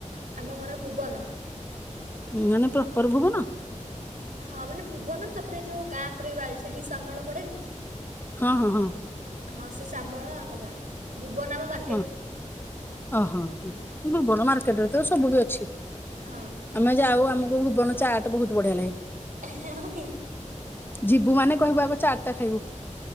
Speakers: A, on the right; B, on the left.
A: ଆମ ଘର ଭୁବନ।
B: ମାନେ ପ୍ରପର ଭୂବନ?
A: ହଁ ମାନେ ଭୁବନ ତାପରେ ଯୋଉ ଗାଁ ପଡେ ବାଲଝାଟି ଶାମଳ ପଡେନି।
B: ହଁ ହଁ ହଁ।
A: ହଁ ସେ ସାମଳ ଆମ ଗାଁ। ଭୁବନ ଆମ ମାର୍
B: ଓ ଓହୋ ହ ଭୁବନ ମାର୍କେଟରେ ତ ସବୁ ବି ଅଛି।
A: ହଁ।
B: ଆମେ ଯାଉ ଆମକୁ ଭୁବନ ଚାଟ ବହୁତ ବଢିଆ ଲାଗେ।
A: ହଁ କି?
B: ଯିବୁ ମାନେ କହିବୁ ଆଗ ଚାଟ ଟା ଖାଇବୁ।